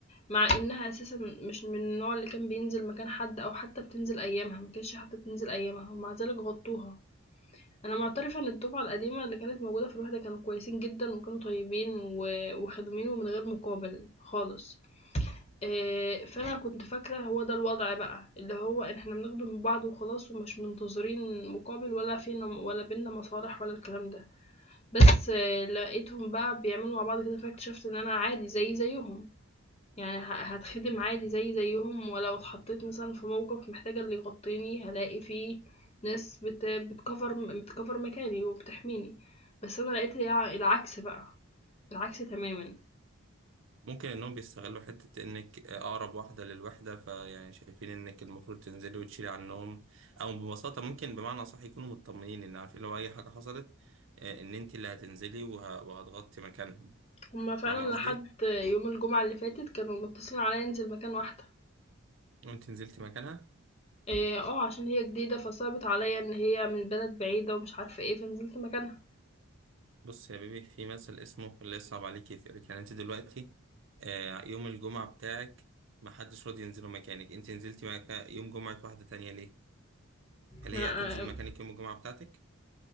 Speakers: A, on the left; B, on the right.
A: مع إنها أساسًا مش من النوع اللي كان بينزل مكان حد أو حتى بتنزل أيامها، ما كانتش حتى بتنزل أيامها ومع ذلك غطوها، أنا معترفة إن الدفعة القديمة اللي كانت موجودة في الوحدة كانوا كويسين جدًا وكانوا طيبين و وخدومين ومن غير مقابل خالص. آآ، فأنا كنت فاكرة هو ده الوضع بقى، اللي هو إن إحنا بنخدم من بعض وخلاص ومش منتظرين مقابل ولا فينا ولا بيننا مصالح ولا الكلام ده، بس آه، لقيتهم بقى بيعملوا مع بعض كده فاكتشفت إن أنا عادي زيي زيهم، يعني ه هاتخدم عادي زيي زيهم ولو اتحطيت مثلًا في موقف محتاجة اللي يغطيني هالاقي في ناس بت بتcover بتcover مكاني وبتحميني، بس أنا لقيت الع العكس بقى، العكس تمامًا.
B: ممكن انهم بيستغلوا حته انك آه، اقرب واحده للوحده فيعني شايفين انك المفروض تنزلي وتشيلي عنهم او ببساطه ممكن بمعنى صح يكونوا مطمنين ان عارفين لو اي حاجه حصلت آه، ان انت اللي هتنزلي وه- وهتغطي مكانهم
A: هما فعلًا
B: فاهمه قصدي
A: لحد يوم الجمعة اللي فاتت كانوا متصلين عليَّ أنزل مكان واحدة،
B: وانت نزلتي مكانها
A: آآ، آه عشان هي جديدة فصعبت عليَّ إن هي من بلد بعيدة ومش عارفة إيه، فنزلت مكانها
B: بص يا بيبي في مثل اسمه اللي يصعب عليك يفرق يعني انت دلوقتي آه، يوم الجمعة بتاعك محدش راضي ينزله مكانك انت نزلتي مكا يوم جمعة واحدة تانية ليه؟ هل
A: ما
B: هي هتنزل
A: آه،
B: مكانك يوم الجمعة بتاعتك؟